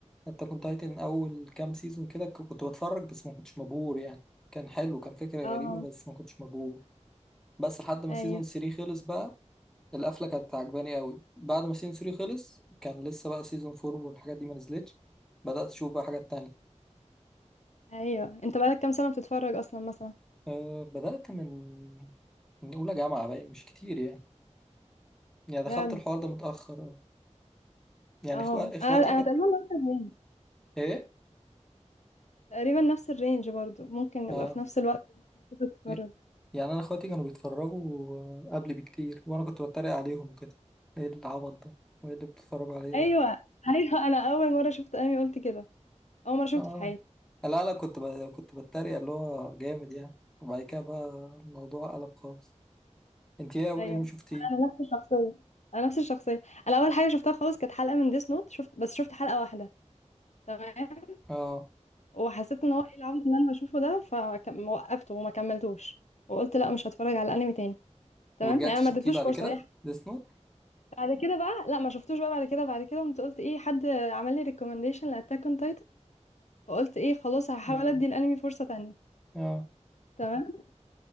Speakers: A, in the centre; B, on the left.
A: اتاك اون تايتن اول كام سيزون كده ك- كنت بتفرج بس ما كنتش مبهور يعني كان حلو كان فكره
B: اه
A: غريبه بس ما كنتش مبهور بس لحد ما
B: ايوه
A: سيزون 3 خلص بقى القفله كانت عجباني قوي بعد ما سيزون 3 خلص كان لسه بقى سيزون 4 والحاجات دي ما نزلتش بدات اشوف بقى حاجات تانية
B: ايوه انت بقالك كام سنه بتتفرج اصلا مثلا
A: أه بدات من من اولى جامعه بقى مش كتير يعني يعني دخلت
B: بجد
A: الحوار ده متاخر أوي. يعني
B: اه
A: إخو... اخواتي
B: انا انا
A: كان
B: تقريبا نفس الرينج
A: ايه
B: تقريبا نفس الرينج برضو ممكن نبقى
A: اه
B: في نفس الوقت بتتفرج
A: ي- يعني انا اخواتي كانوا بيتفرجوا قبلي بكتير وانا كنت بتريق عليهم كده ايه العبط ده وايه اللي بتتفرجوا عليه ده
B: ايوه ايوه <laughs> انا اول مره شفت انمي قلت كده اول مره شفته
A: اه
B: في حياتي
A: لا لا كنت ب... كنت بتريق اللي هو جامد يعني وبعد كده بقى الموضوع قلب خالص انت ايه اول
B: ايوه
A: انمي شفتيه
B: انا نفس الشخصيه انا نفس الشخصيه انا اول حاجه شفتها خالص كانت حلقه من ديس نوت شفت بس شفت حلقه واحده تمام
A: اه
B: وحسيت ان هو ايه العبط اللي انا بشوفه ده فوقفته وما كملتوش وقلت لا مش هتفرج على انمي تاني تمام
A: ورجعت
B: يعني
A: شفتيه
B: ما اديتلوش
A: بعد
B: فرصه
A: كده
B: هي
A: ديس نوت
B: بعد كده بقى لا ما شفتوش بقى بعد كده بعد كده قمت قلت ايه حد عمل لي ريكومنديشن لاتاك اون فقلت ايه خلاص هحاول
A: امم
B: ادي الانمي فرصه تانية
A: اه
B: تمام